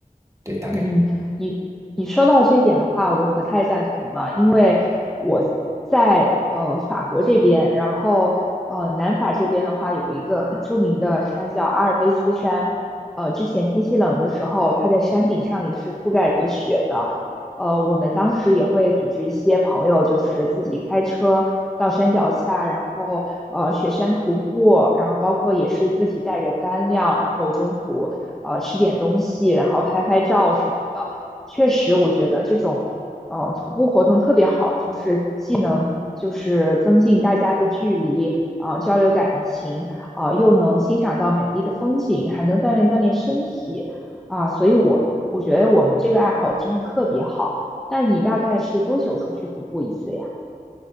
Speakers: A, on the right; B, in the centre.
A: 对，大概。
B: 嗯，
A: 这。
B: 你你说到这一点的话，我可太赞同了，因为我在呃法国这边，然后呃南法这边的话，有一个很著名的山叫阿尔卑斯山，呃之前天气冷的时候，它在山顶上也是覆盖着雪的。呃，我们当时也会组织一些朋友，就是自己开车到山脚下，然后呃雪山徒步，然后包括也是自己带着干粮，然后中途呃吃点东西，然后拍拍照什么的。确实，我觉得这种呃徒步活动特别好，就是既能就是增进大家的距离啊、交流感情啊、又能欣赏到美丽的风景，还能锻炼锻炼身体。啊，所以我我觉得我们这个爱好真的特别好。那你大概是多久出去徒步一次呀？